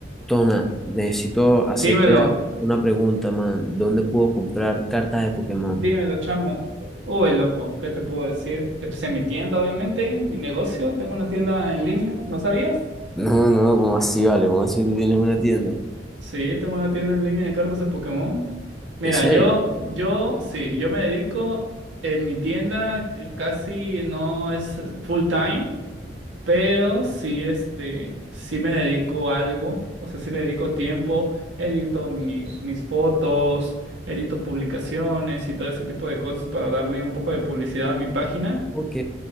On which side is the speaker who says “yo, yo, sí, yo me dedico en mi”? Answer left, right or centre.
Right